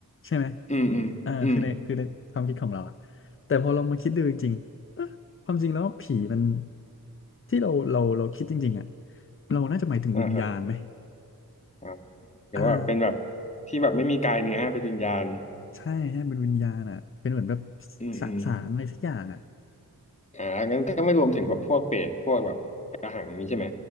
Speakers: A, on the left; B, on the left.
A: ใช่ไหม
B: อืมอืมอืม
A: เออคือในคือในความคิดของเราอะแต่พอลองมาคิดดูจริงๆเอ๊ะความจริงแล้วผีมันที่เราเราเราคิดจริงๆอะเราน่าจะหมายถึงวิญญาณไหม
B: อ่าครับอ่าหรือว่าเป็นแบบ
A: อ่า
B: ที่แบบไม่มีกายเนื้อเป็นวิญญาณ
A: ใช่ใช่เป็นวิญญาณอ่ะเป็นเหมือนแบบ
B: อืมอืม
A: สสารอะไรสักอย่างอ่ะ
B: อ่างั้นก็ไม่รวมถึงแบบพวกเปรตพวกแบบกระหังนี้ใช่ไหม